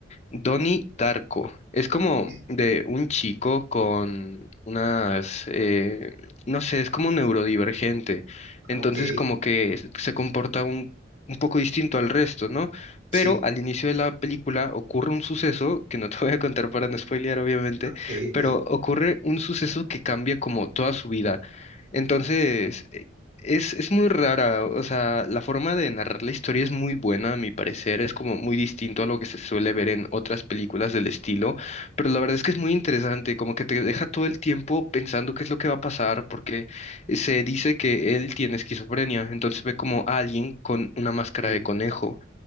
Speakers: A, on the left; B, on the right.
A: Donnie Darko. Es como
B: Sí.
A: de un chico con unas, eh, no sé, es como neurodivergente. Entonces
B: Ok,
A: como que s- se comporta un, un poco distinto al resto, ¿no? Pero
B: sí,
A: al inicio de la película ocurre un suceso, que no te <laughs> voy a contar para no spoilear, obviamente,
B: ok, ok.
A: pero ocurre un suceso que cambia como toda su vida. Entonces, es, es muy rara, o sea, la forma de narrar la historia es muy buena, a mi parecer, es como muy distinto a lo que se suele ver en otras películas del estilo, pero la verdad es que es muy interesante, como que te deja todo el tiempo pensando qué es lo que va a pasar, porque se dice que él tiene esquizofrenia, entonces ve como a alguien con una máscara
B: ok.
A: de conejo